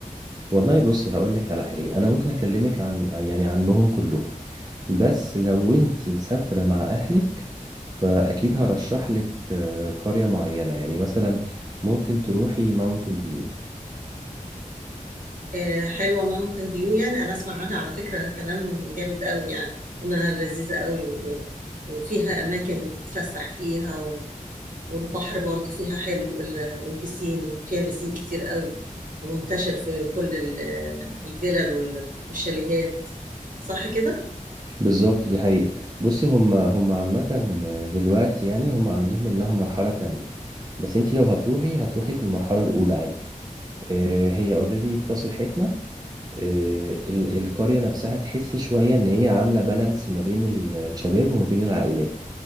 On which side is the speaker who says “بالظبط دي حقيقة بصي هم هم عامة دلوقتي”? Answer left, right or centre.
Right